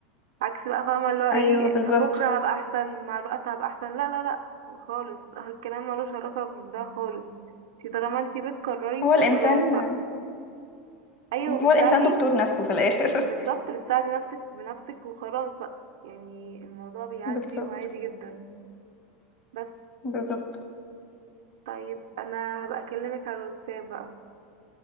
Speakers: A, on the right; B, on the left.
A: عكس بقى فاهمة اللي هو ايه
B: ايوه بالظبط
A: بكرة هبقى احسن مع الوقت هبقى احسن لا لا لا خالص الكلام ملوش علاقة بده خالص انتي طالما انتي بتكرري
B: هو الانسان
A: فخلاص بقى ايوه وبتساعدي
B: هو الانسان دكتور نفسه في الاخر
A: بالظبط بتساعدي نفسك بنفسك وخلاص بقى يعني الموضوع
B: <laughs>
A: بيعدي
B: بالظبط
A: وعادي جدا بس
B: بالظبط
A: طيب انا هبقى اكلمك على الواتساب بقى